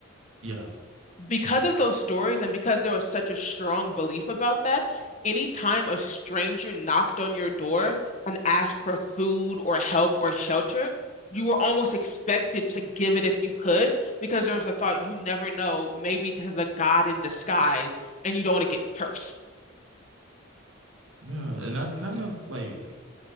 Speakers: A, on the right (about 75°); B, on the left (about 35°).
A: yes.
B: because of those stories and because there was such a strong belief about that, anytime a stranger knocked on your door and asked for food or help or shelter, you were almost expected to give it if you could, because there was a thought, you never know, maybe there's a God in disguise and you don't want to get cursed.
A: Yeah, and that's kind of like